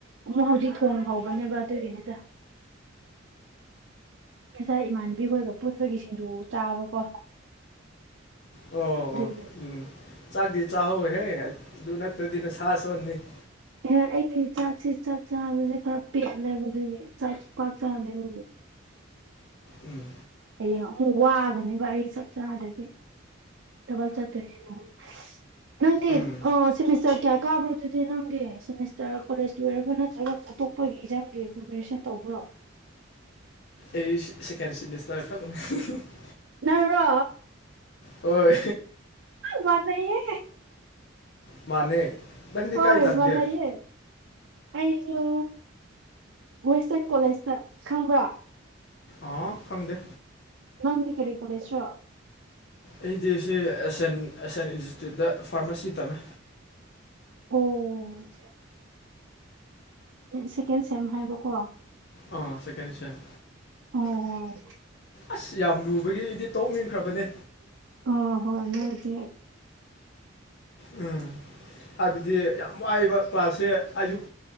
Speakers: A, on the right (about 65°); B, on the left (about 55°).
A: ꯑꯃꯨꯛ ꯍꯧꯖꯤꯛ ꯊꯣꯡ ꯍꯧꯕꯅꯦꯕ ꯑꯗꯨꯒꯤꯅ‌ꯦꯗ ꯫ ꯉꯁꯥꯏ ꯏꯃꯥꯟꯕꯤꯈꯣꯏꯒ ꯄꯨꯟꯕꯒꯤ ꯁꯤꯡꯖꯨ ꯆꯥꯕꯀꯣ ꯫
B: ꯑꯣ ꯑꯣ
A: ꯑꯗꯨꯒꯤ
B: ꯎꯝ ꯆꯥꯛꯇꯤ ꯆꯥꯍꯧꯋ‌ꯦꯍꯦ ꯑꯗꯨ ꯅꯠꯇ꯭ꯔꯗꯤ ꯅꯁꯥ ꯁꯣꯟꯅꯤ ꯫
A: ꯍꯣꯏ ꯑꯩꯗꯤ ꯆꯥꯛꯁꯤ ꯆꯥꯛ ꯆꯥꯕꯁꯦ ꯈꯔ ꯄꯦꯠꯂꯦꯕ ꯑꯗꯨꯒꯤ ꯆꯥꯛꯁꯨ ꯄꯥꯛ ꯆꯥꯗꯦ ꯑꯗꯨꯒꯤ ꯫
B: ꯎꯝ
A: ꯍꯌꯦꯡ ꯑꯃꯨꯛ ꯋꯥꯒꯅꯤꯕ ꯑꯩ ꯆꯥꯛ ꯆꯥꯗ꯭ꯔꯗꯤ ꯫ ꯊꯕꯛ ꯆꯠꯇ‌ꯣꯏꯅꯤ ꯅ‌ꯣꯡ ꯅꯪꯗꯤ
B: ꯎꯝ
A: ꯑꯥ ꯁꯤꯃꯤꯁꯇꯔ ꯀꯌꯥ ꯀꯥꯕ꯭ꯔ‌ꯣ ꯗꯨꯗꯤ ꯅꯪꯗꯤ ꯁꯦꯃꯤꯁꯇꯔ ꯀꯣꯂꯦꯖ ꯂꯣꯏꯔꯕ꯭ꯔꯣ ꯅꯠꯇ꯭ꯔꯒ ꯑꯇꯣꯞꯄꯒꯤ ꯑꯦꯛꯖꯥꯝꯒꯤ ꯄ꯭ꯔꯤꯄꯦꯔꯦꯁꯟ ꯇꯧꯕ꯭ꯔꯣ?
B: ꯑꯩ ꯁ‌ꯦ ꯁꯦꯀꯦꯟ ꯁꯤꯃꯤꯁꯇꯔ ꯈꯛꯅꯤ ꯫
A: ꯅꯪꯔꯣ
B: ꯍꯣꯏ
A: ꯃꯥꯟꯅꯌꯦ
B: ꯃꯥꯅꯦ ꯅꯪꯗꯤ
A: ꯍꯣꯏ
B: ꯀꯥꯏ ꯇꯝꯒꯦ
A: ꯃꯥꯟꯅꯌꯦ ꯑꯩꯁꯨ ꯋꯦꯁꯇꯔꯟ ꯀꯣꯂꯦꯖꯇ ꯈꯪꯕ꯭ꯔꯥ
B: ꯑꫭꯑꫭ ꯈꯪꯗꯦ
A: ꯅꯪꯗꯤ ꯀꯔꯤ ꯀꯣꯂꯦꯁ꯭ꯔꯣ
B: ꯑꯩꯗꯤ ꯁꯤ ꯑꯦꯁꯌꯥꯦꯟ ꯑꯦꯁꯌꯥꯦꯟ ꯏꯟꯁꯇꯤꯇ꯭ꯌꯨꯠꯇ ꯐꯥꯔꯃꯥꯁꯤ ꯇꯝꯃꯤ
A: ꯑꯣ ꯁꯤꯀꯦꯟ ꯁꯦꯝ ꯍꯥꯏꯕꯀꯣ
B: ꯑꯥ ꯁꯦꯀꯦꯟ ꯁ°ꯝ
A: ꯑꯣ ꯍꫭ
B: ꯑꯁ ꯌꯥꯝ ꯂꯨꯕꯒꯤ ꯑꯩꯗꯤ ꯇꯣꯛꯅꯤꯡꯈ꯭ꯔꯕꯅꯦ
A: ꯑꫭ ꯍꯣꯏ ꯅꯣꯏꯗꯤ
B: ꯎꯝ ꯍꯥꯏꯕꯗꯤ ꯌꯥꯝ ꯋꯥꯏꯕ ꯀ꯭ꯂꯥꯁꯁꯦ ꯑꯌꯨꯛ